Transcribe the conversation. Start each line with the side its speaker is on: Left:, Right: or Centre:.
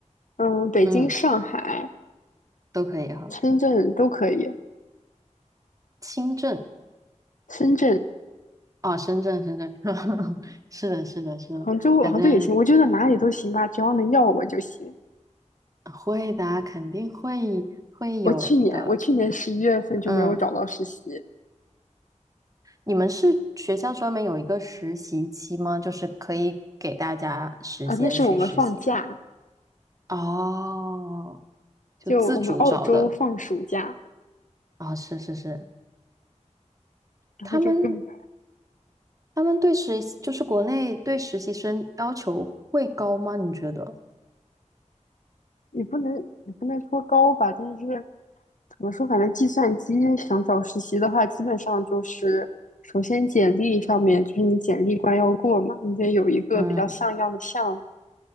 Left: 嗯，北京、
Right: 嗯，
Left: 上海、
Right: 都可以哈。
Left: 深圳都可以，
Right: 深圳
Left: 深圳、
Right: 啊，深圳，深圳，<laughs> 是的，是的，是的，
Left: 杭州、
Right: 反正
Left: 杭州也行，我觉得哪里都行吧，只要能要我就行。
Right: 会的啊肯定会会有的。
Left: 我去年，我去年十一月份就没有找到实习，
Right: 嗯，你们是学校专门有一个实习期吗？就是可以给大家时间去实习。
Left: 啊，那是我们放假，
Right: 哦，就自主找的。
Left: 就我们澳洲放暑假，
Right: 啊、是是是，
Left: 然后就跟
Right: 他们他们对实习就是国内对实习生要求会高吗？你觉得？
Left: 也不能也不能说高吧，但是怎么说，反正计算机想找实习的话，基本上就是首先简历上面就是你简历关要过嘛，你得有一个比较像样的项目，
Right: 嗯